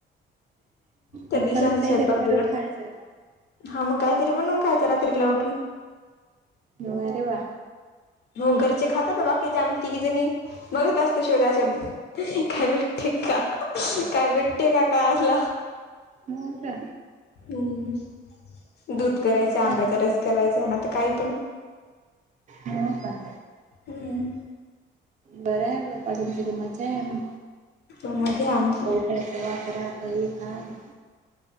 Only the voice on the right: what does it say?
मग
परत
काही
झारी बरर
खायचं
न वर वा
हूं का
मस्त
आहे
हो काय
बऱं हाय ब अजून तुजी मज्जा हाय म
पण करा करा काही काम